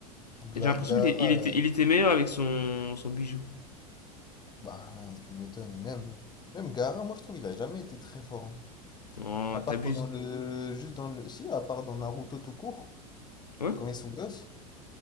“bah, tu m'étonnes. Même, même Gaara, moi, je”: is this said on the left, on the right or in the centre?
Left